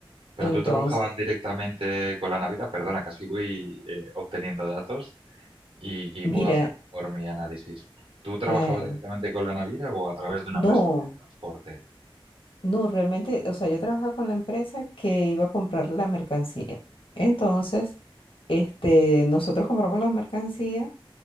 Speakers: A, on the right; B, on the left.
A: Pero
B: Entonces,
A: tú trabajabas directamente con la Navidad, perdona, que así voy eh, obteniendo datos y, y
B: mira,
A: puedo hacer mejor mi análisis. ¿Tú trabajabas
B: claro,
A: directamente con la Navidad o a través de una
B: no.
A: empresa de transporte?
B: No, realmente, o sea, yo trabajaba con la empresa que iba a comprar la mercancía. Entonces, este, nosotros compramos la mercancía